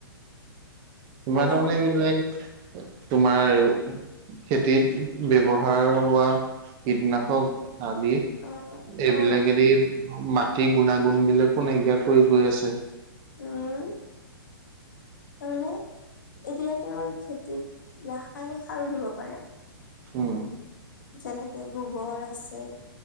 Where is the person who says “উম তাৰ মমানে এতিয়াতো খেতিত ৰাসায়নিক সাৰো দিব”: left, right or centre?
Left